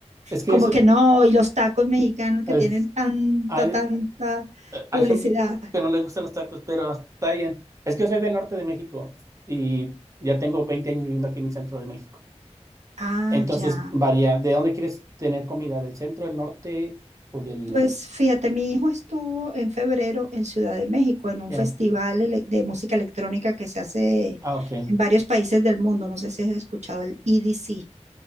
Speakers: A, on the right; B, on the right.
A: Es que
B: Como
A: yo soy-
B: que no, y los tacos mexicanos
A: es-
B: que tienen tanta,
A: hay,
B: tanta publicidad.
A: hay gente que no le gustan los tacos, pero está bien. Es que yo soy del norte de México y ya tengo 20 años viviendo aquí en el centro de México.
B: Ah,
A: Entonces,
B: ya.
A: varía. ¿De dónde quieres tener comida? ¿Del centro, del norte o del...?
B: Pues fíjate, mi hijo estuvo en febrero en Ciudad de México en un
A: Ya.
B: festival ele- de música electrónica que se hace
A: Ah, ok.
B: en varios países del mundo. No sé si has escuchado el EDC.